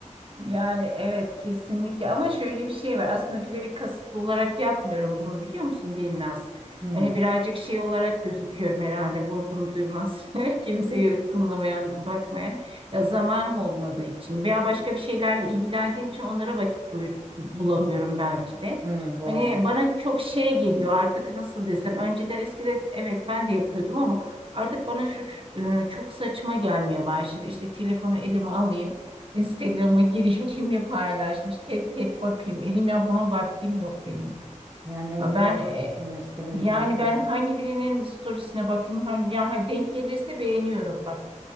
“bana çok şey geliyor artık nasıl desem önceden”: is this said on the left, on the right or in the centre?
Right